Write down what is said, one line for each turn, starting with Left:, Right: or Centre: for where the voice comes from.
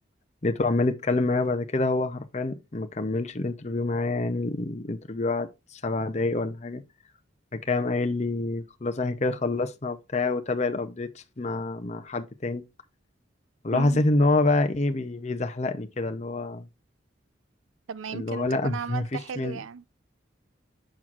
Left: لقيته عمال يتكلم معايا بعد كده هو حرفيا ما كملش الانترفيو معايا يعني الانترفيو قعد سبع دقايق ولا حاجة فكان قايل لي خلاص احنا كده خلصنا وبتاع وتابع الابديت مع مع حد تاني واللي
Right: مم.
Left: هو حسيت ان هو بقى ايه بي- بيزحلقني كده اللي هو
Right: طب ما يمكن
Left: اللي هو لا
Right: تكون عملت
Left: <laughs> مفيش
Right: حلو
Left: مني
Right: يعني